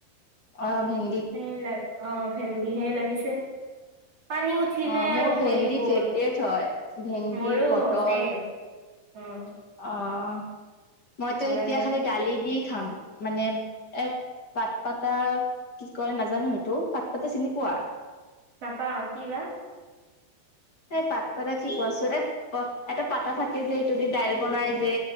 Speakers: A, on the left (about 35°); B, on the right (about 40°).
A: অ' ভে
B: সেই লাগ অ' ভেন্দি হে লাগিছে। পানী উঠিলে
A: অ মোৰ
B: আৰু মৰি
A: ভেন্দি
B: গ'ল
A: ফেভৰেট হয় ভেন্দি
B: মৰো
A: পটল
B: হৈছে- অ'
A: অ' মইতো
B: ভাল
A: এতিয়া
B: লাগে
A: খালি দালি দি খাম। মানে এ পাট পাতা কি কয় নাজানোঁ সেইটো পাত পাতা চিনি পোৱা?
B: নাপাওঁ কি বা?
A: এই পাত পাদা কি কোৱাছোন এ। এটা পাতা থাকে যে সেইটো দি দাইল বনাই যে